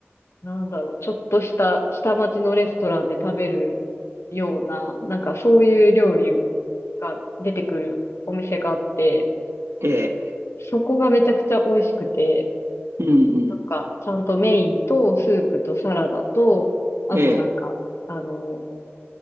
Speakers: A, on the left; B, on the right.
A: なんだろう、ちょっとした下町のレストランで食べるような、なんかそういう料理が出てくるお店があって、
B: ええ、
A: そこがめちゃくちゃ美味しくて、
B: うんうん、
A: なんかちゃんとメインとスープとサラダと、あとなんか、
B: ええ、
A: あの、